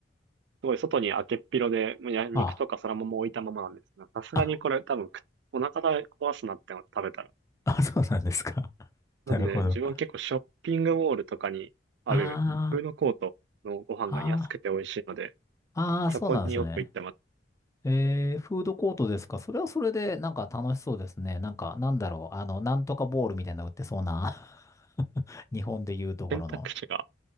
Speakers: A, on the right; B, on the left.
A: すごい外に開けっ広で、もうや肉とかそらもも置いたままなんですが、
B: あ、
A: さすがにこれ多分くお腹壊すなって思って食べたら。
B: あ、あ、そうなんですか。<laughs>
A: なので自分は結構ショッピングモールとかにあるフードコートのご飯が安くて美味しいので、
B: なるほど。ああ、ああ、ああ、
A: そこによく行ってます。
B: そうなんですね。えー、フードコートですか。それはそれで、なんか楽しそうですね。なんか、なんだろう。あの、なんとかボールみたいなの売ってそうな。<laughs> 日本で言うところの。
A: 選択肢が